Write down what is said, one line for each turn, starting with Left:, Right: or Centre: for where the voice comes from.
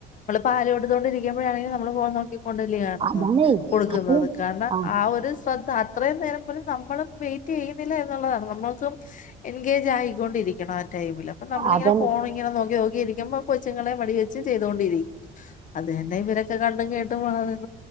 Left: പാലോടുകൊണ്ടരിക്കുമ്പഴാണെങ്കി നമ്മള് പോ നോക്കി ണ്ടിലിയണ
Right: അതാണേ
Left: കൊടുക്കുന്നത്
Right: അപ്പൊ
Left: കാരണം
Right: ആഹ്
Left: ആ ഒരു ശ്രദ്ധ ത അത്രേ നേരം നേരം പോലും നമ്മളും വൈറ്റ് ചെയ്യുന്നില്ല ന്നുള്ളതാണ് നമ്മക്കും എങ്കേജായി കൊണ്ടിരിക്കണം കുല പ്പൊ നമ്മളിങ്ങ
Right: അതന്നെ
Left: ഫോണിങ്ങനെ നോ നോക്കി നോക്കി ഇരിക്കുമ്പോ കൊച്ച്ങ്ങള് പ ര് അതെ അതെ <unintelligible> പ കേട്ട് പോണത്